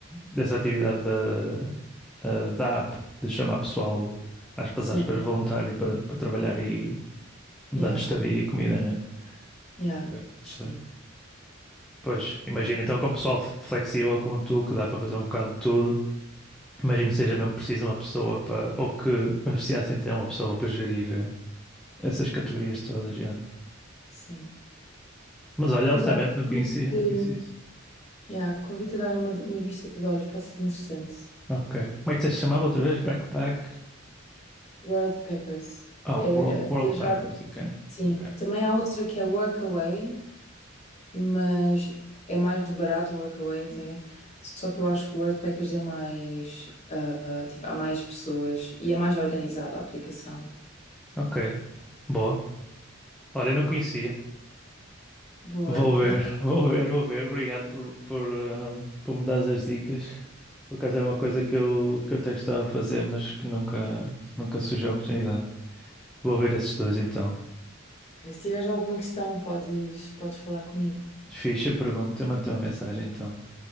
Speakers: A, in the centre; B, on the left.
A: dessa atividade da, ah, da app, de chamar pessoal, aspas,
B: Sim,
A: aspas, voluntário para, para trabalhar aí, dando
B: yeah,
A: estadia e comida, né?
B: yeah,
A: Ok, interessante.
B: sim,
A: Pois, imagina, então com pessoal f- flexível como tu, que dá para fazer um bocado de tudo, imagino que seja mesmo preciso uma pessoa para, ou que beneficiasse então uma pessoa para gerir. eh, Essas categorias todas, já.
B: sim.
A: Mas olha, altamente
B: Mas olha,
A: não
B: convido-te,
A: conhecia, não conhecia isso.
B: yeah, convido-te a dar uma, uma vista de olhos, pode ser interessante.
A: Ok. Como é que se chamava outra vez? Backpack.
B: World Packers.
A: Ah,
B: É
A: World, World
B: viajar,
A: Packers, ok.
B: sim.
A: Ok.
B: Também há outra que é Workaway, mas é mais barato o Workaway até. Só que eu acho que o World Packers é mais, ah, tipo, há mais pessoas e é mais organizada a aplicação.
A: Ok. Boa. Olha, eu não conhecia.
B: Boa.
A: Vou ver, <laughs> vou ver, vou ver. Obrigado por, por, eh, por me dar as dicas. Por acaso era uma coisa que eu, que eu até gostava de fazer, mas que nunca, nunca surgiu a oportunidade. Vou ver esses dois então.
B: Ok, Se tiveres alguma questão, podes, podes falar comigo.
A: Ficha pergunta, manda uma mensagem então.